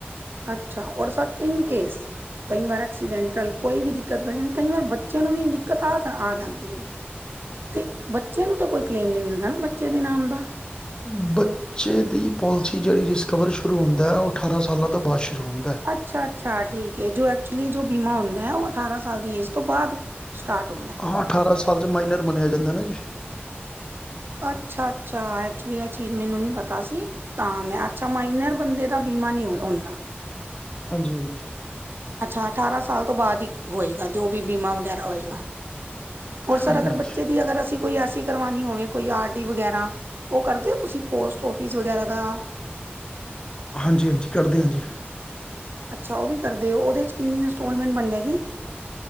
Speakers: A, on the right; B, on the left.
A: ਅੱਛਾ ਔਰ ਸਰ ਇਨ ਕੇਸ ਕਈ ਵਾਰ ਐਕਸੀਡੈਂਟਲ ਕੋਈ ਵੀ ਦਿੱਕਤ ਬ ਜਾਂਦੀ ਕਈ ਵਾਰ ਬੱਚੇ ਨੂੰ ਵੀ ਦਿੱਕਤ ਆ ਆ ਜਾਂਦੀ ਤੇ ਬੱਚੇ ਨੂੰ ਤਾਂ ਕੋਈ ਕਲੇਮ ਨੀ ਮਿਲਦਾ ਨਾ ਬੱਚੇ ਦੇ ਨਾਮ ਦਾ
B: <unintelligible> ਬੱਚੇ ਦੀ ਪੋਲਿਸੀ ਜਿੜੀ ਰਿਸਕਵਰ ਸ਼ੁਰੂ ਹੁੰਦਾ ਹੈ ਉਹ ਅਠਾਰਾਂ ਸਾਲਾਂ ਤੋਂ ਬਾਅਦ ਸ਼ੁਰੂ ਹੁੰਦਾ ਹੈ
A: ਅੱਛਾ ਅੱਛਾ ਠੀਕ ਹੈ ਜੋ ਐਕਚੁਲੀ ਜੋ ਬੀਮਾ ਹੁੰਦਾ ਹੈ ਉਹ ਅਠਾਰਾਂ ਸਾਲ ਦੀ ਏ ਇਸ ਤੋਂ ਬਾਅਦ ਸਟਾਰਟ ਹੁੰਦਾ ਹੈ।
B: ਹਾਂ ਅਠਾਰਾਂ ਸਾਲ ਚ ਮਾਈਨਰ ਮੰਨਿਆ ਜਾਂਦਾ ਨਾ ਜੀ
A: ਅੱਛਾ ਅੱਛਾ ਐਕਚੁਲੀ ਆਹ ਚੀਜ਼ ਮੈਨੂੰ ਨਹੀਂ ਪਤਾ ਸੀ ਤਾਂ ਮੈਂ ਅੱਛਾ ਮਾਈਨਰ ਬੰਦੇ ਦਾ ਬੀਮਾ ਨਹੀਂ ਹੁੰਦਾ
B: ਹਾਂਜੀ ਹਾਂਜੀ
A: ਅੱਛਾ ਅਠਾਰਾਂ ਸਾਲ ਤੋਂ ਬਾਅਦ ਹੀ ਹੋਏਗਾ ਜੋ ਵੀ ਬੀਮਾ ਵਗੈਰਾ ਹੋਏਗਾ ਰ ਸਰ
B: ਹਾਂਜੀ,
A: ਅਗਰ
B: ਹਾਂਜੀ।
A: ਬੱਚੇ ਦੀ ਅਗਰ ਅਸੀਂ ਕੋਈ ਐਸੀ ਕਰਵਾਉਣੀ ਹੋਵੇ ਕੋਈ ਆਰ ਡੀ ਵਗੈਰਾ ਉਹ ਕਰਦੇ ਹੋ ਤੁਸੀਂ ਪੋਸਟ ਔਫਿਸ ਵਗੈਰਾ ਦਾ
B: ਹਾਂਜੀ ਹਾਂਜੀ ਕਰਦੇ ਹਾਂ ਜੀ
A: ਅੱਛਾ ਉਹ ਵੀ ਕਰ ਦਿਓ ਉਹਦੇ 'ਚ ਕਿੰਨੀ ਇੰਸਟੋਲਮੈਂਟ ਬਣੇਗੀ